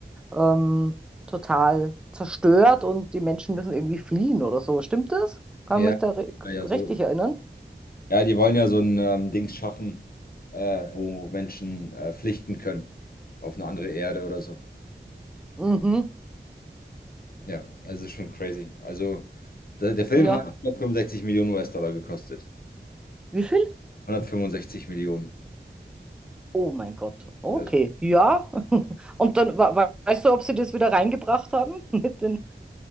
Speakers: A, in the centre; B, on the left (about 50°).
A: ähm, total zerstört und die Menschen müssen irgendwie fliehen oder so. Stimmt das? Kann
B: Ja,
A: ich mich da ri-
B: ja, ja, so.
A: richtig erinnern?
B: Ja, die wollen ja so ein ähm, Dings schaffen, äh, wo Menschen äh, flüchten können auf eine andere Erde oder so.
A: Mhm.
B: Ja, also es ist schon crazy. Also der, der Film
A: Ja.
B: hat 165 Millionen US-Dollar gekostet.
A: Wie viel?
B: 165 Millionen.
A: Oh mein Gott. Okay.
B: Also,
A: Ja. <laughs> Und dann we- we- weißt du, ob sie das wieder reingebracht haben <laughs> mit den